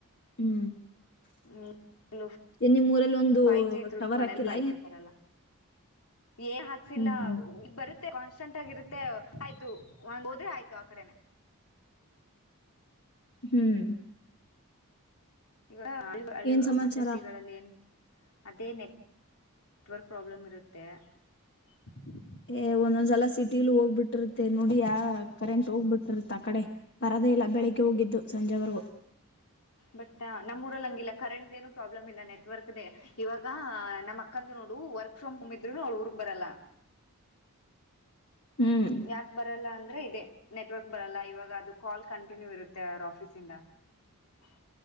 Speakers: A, on the left; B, on the left.
A: ಹ್ಮ್... <inaudible>
B: ಹ್ಮ.. <unintelligible>
A: ಏನು ನಿಮ್ಮೂರಲ್ಲಿ... <inaudible>
B: ಫೈವ್, ಜಿ ಇದ್ರುನು
A: ಟವರ್
B: ಮನೇಲಿ!
A: ಹಾಕಿಲ್ಲ
B: ಫೈವ್ ಜಿ ಬರಲ್ಲ ಏನ್ ಹಾಕ್ಸಿಲ್ಲ
A: ಹ್ಮ್ ಹ್ಮ್
B: ಬರುತ್ತ. <inaudible> ಕಾನ್ಸ್ಟೆಂಟ್ ಆಗಿರುತ್ತೆ! ಆಯ್ತು ಒಂದು ಹೋದ್ರೆ ಆಯ್ತು ಆ ಕಡೆನೆ? <inaudible>
A: ಹ್ಮ್.... <inaudible>
B: ಇವಾಗ, ಹಾಳು, ಹಾಳ್ಳು,
A: ಏನ್ ಸಮಾಚಾರ
B: ಮತ್ತೆ ಶ್ರೀಗಳಲ್ಲಿ ಏನ್... <unintelligible> ಅದೇ, ನೆಟ್ ನೆಟ್ವರ್ಕ್ ಪ್ರಾಬ್ಲಮ್ ಇರುತ್ತೆ? <inaudible>
A: ಏ ಒಂದೊಂದ್ಸಲ, ಸಿಟಿಲು ಹೋಗ್ಬಿಟ್ಟಿರುತ್ತೆ? ನೋಡಿ ಯ ಕರೆಂಟ್ ಹೋಗ್ಬಿಟ್ಟಿರುತ್ತ! ಆ ಕಡೆ ಬರದೇ, ಇಲ್ಲ ಬೆಳಿಗ್ಗೆ ಹೋಗಿದ್ದು, ಸಂಜೆವರೆಗೂ? <inaudible>
B: ಬಟ್ ನಮ್ಮೂರಲ್ಲಿ, ಹಂಗಿಲ್ಲ ಕರೆಂಟ್ ಏನು ಪ್ರಾಬ್ಲಮ್ ಇಲ್ಲ ನೆಟ್ವರ್ಕ್? <inaudible> ಅದೇ, ಇವಾಗ, ನಮ್ಮ್ ಅಕ್ಕಂದು, ನೋಡು ವರ್ಕ್ ಫ್ರಮ್ ಹೋಮ್! ಇದ್ರು ಅವ ಊರಿಗೆ ಬರಲ್ಲ? <inaudible>
A: ಹ್ಮ್
B: ಯಾಕು, ಬರಲ್ಲ ಅಂದ್ರಿ.... <inaudible> ಅದೇ, ನೆಟ್ವರ್ಕ್ ಬರಲ್ಲ ಇವಾಗ! ಅದು ಕಾಲ್ ಕಂಟಿನ್ಯೂ, ಇರುತ್ತೆ ಅವ್ರ ಆಫೀಸ್, ಇಂದ. <inaudible>